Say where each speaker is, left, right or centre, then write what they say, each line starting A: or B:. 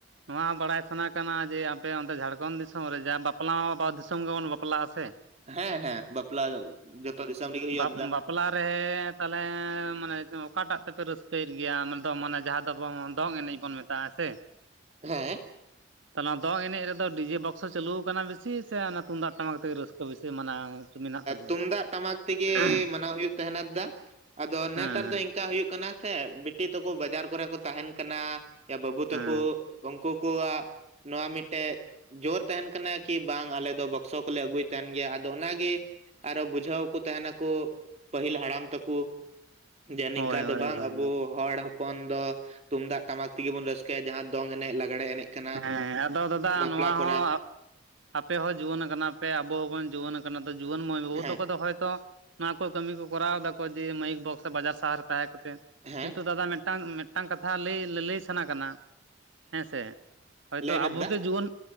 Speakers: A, on the right; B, on the right.
A: ᱱᱚᱣᱟ ᱦᱚᱸ ᱵᱟᱲᱟᱭ ᱥᱟᱱᱟ ᱠᱟᱱᱟ ᱡᱮ ᱟᱯᱮ ᱚᱱᱛᱮ ᱡᱷᱟᱲᱠᱷᱚᱸᱰ ᱫᱤᱥᱚᱢ ᱨᱮ ᱡᱟ ᱵᱟᱯᱞᱟ ᱢᱟ ᱵᱟ ᱫᱤᱥᱚᱢ ᱜᱮᱵᱚᱱ ᱵᱟᱯᱞᱟᱜᱼᱟ ᱥᱮ?
B: ᱦᱮᱸ ᱦᱮᱸ ᱵᱟᱯᱞᱟ ᱡᱚᱛᱚ ᱫᱤᱥᱚᱢ ᱨᱮᱜᱮ ᱦᱩᱭᱩᱜᱼᱟ
A: ᱵᱟ
B: ᱫᱟᱫᱟ
A: ᱵᱟ ᱯᱞᱟ ᱨᱮ ᱛᱟᱦᱞᱮ ᱢᱟᱱᱮ ᱚᱠᱟᱴᱟᱜ ᱛᱮᱯᱮ ᱨᱟᱹᱥᱠᱟᱹᱭᱮᱫ ᱜᱮᱭᱟ ᱫᱚ ᱢᱟᱱᱮ ᱡᱟᱦᱟᱸ ᱫᱚᱵᱚᱱ ᱫᱚᱝ ᱮᱱᱮᱡ? ᱚᱱ ᱢᱮᱛᱟᱜᱼᱟ ᱥᱮ᱾
B: ᱦᱮᱸ
A: <inaudible> ᱛᱟᱦᱞᱮ ᱫᱚᱝ ᱮᱱᱮᱡ ᱨᱮᱫᱚ ᱰᱤᱡᱮ ᱵᱚᱠᱥᱚ ᱪᱟᱹᱞᱩ ᱟᱠᱟᱱᱟ ᱵᱮᱥᱤ ᱥᱮ ᱚᱱᱟ ᱛᱩᱢᱫᱟᱜ ᱴᱟᱢᱟᱠ ᱛᱮᱜᱮ ᱨᱟᱹᱥᱠᱟᱹ ᱵᱮᱥᱤ ᱢᱟᱱᱮ ᱢᱮᱱᱟᱜ ᱛᱟᱵᱚᱱᱟ
B: ᱛᱩᱢᱫᱟᱜ ᱴᱟᱢᱟᱠ ᱛᱮᱜᱮ
A: ᱦᱮᱸ
B: ᱢᱟᱱᱟᱣ ᱦᱩᱭᱩᱜ ᱛᱟᱦᱮᱱᱟ ᱫᱟ ᱟᱫᱚ ᱱᱮᱛᱟᱨ
A: ᱦᱮᱸ
B: ᱫᱚ ᱤᱝ ᱠᱟ ᱦᱩᱭᱩᱜ ᱠᱟᱱᱟ ᱥᱮ ᱵᱤᱴᱤ ᱛᱟᱠᱚ ᱵᱟᱡᱟᱨ ᱠᱚᱨᱮ ᱠᱚ ᱛᱟᱦᱮᱱ ᱠᱟᱱᱟ ᱭᱟ ᱵᱟᱹᱵᱩ ᱛᱟᱠᱚ
A: ᱦᱮᱸ
B: ᱩᱝᱠᱩ ᱠᱚᱣᱟᱜ ᱱᱚᱣᱟ ᱢᱤᱫᱴᱮᱜ ᱡᱳᱨ ᱛᱟᱦᱮᱱ ᱠᱟᱱᱟ ᱠᱤ ᱵᱟᱝ ᱟᱞᱮ ᱫᱚ ᱵᱚᱠᱥᱚ ᱠᱚᱞᱮ ᱟᱹᱜᱩᱭᱮ ᱛᱟᱦᱮᱱ ᱜᱮᱭᱟ ᱟᱫᱚ ᱚᱱᱟᱜᱮ ᱟᱨᱚ ᱵᱩᱡᱷᱟᱹᱣ ᱟᱠᱚ ᱛᱟᱦᱮᱱᱟᱠᱚ ᱯᱟᱹᱦᱤᱞ ᱦᱟᱲᱟᱢ ᱛᱟᱠᱚ᱾ ᱡᱮ ᱱᱤᱝᱠᱟ
A: ᱦᱳᱭ
B: ᱫᱚ
A: ᱦᱳᱭ
B: ᱵᱟᱝ
A: ᱦᱳᱭ
B: ᱟᱵᱚ ᱦᱚᱲ ᱯᱚᱱ ᱫᱚ ᱛᱩᱢᱫᱟᱜ ᱴᱟᱢᱟᱠ ᱛᱮᱜᱮ ᱵᱚᱱ ᱨᱟᱹᱥᱠᱟᱹᱭᱟ ᱡᱟᱦᱟᱸ ᱫᱚᱝ ᱮᱱᱮᱡ ᱞᱟᱜᱽᱲᱮ ᱮᱱᱮᱡ ᱠᱟᱱᱟ
A: ᱦᱮᱸ ᱟᱫᱚ ᱫᱟᱫᱟ
B: ᱵᱟᱯᱞᱟ
A: ᱱᱚᱣᱟ
B: ᱠᱚᱨᱮ
A: ᱦᱚᱸ ᱟᱯᱮ ᱦᱚᱸ ᱡᱩᱣᱟᱹᱱ ᱠᱟᱱᱟ ᱯᱮ ᱟᱵᱚ ᱦᱚᱵᱚᱱ ᱡᱩᱣᱟᱹᱱ ᱠᱟᱱᱟ ᱡᱩᱣᱟᱹᱱ ᱢᱟᱹᱭ ᱵᱟᱹᱵᱩ
B: ᱦᱮᱸ
A: ᱛᱟᱠᱚ ᱫᱚ ᱦᱚᱭᱛᱚ ᱱᱚᱣᱟ ᱠᱚ ᱠᱟᱹᱢᱤ ᱠᱚ ᱠᱚᱨᱟᱣ ᱫᱟᱠᱚ ᱡᱮ ᱢᱟᱹᱭᱤᱠ ᱵᱚᱠᱥ ᱥᱮ ᱵᱟᱡᱟᱨ ᱥᱟᱦᱟᱨ ᱨᱮ ᱛᱟᱦᱮ ᱠᱟᱛᱮᱫ
B: ᱦᱮᱸ
A: ᱠᱤᱱᱛᱩ ᱫᱟᱫᱟ ᱢᱮ ᱢᱤᱫᱴᱟᱝ ᱢᱤᱫᱴᱟᱝ ᱠᱟᱛᱷᱟ ᱞᱟᱹᱭ ᱞᱟᱹᱞᱟᱹᱭ ᱥᱟᱱᱟ ᱠᱟᱱᱟ ᱦᱮᱸ ᱥᱮ ᱾ ᱦᱳᱭᱛᱳ
B: ᱞᱟᱹᱭ ᱢᱮ
A: ᱟᱵᱚᱜᱮ
B: ᱫᱟ
A: ᱡᱩᱣᱟᱹᱱ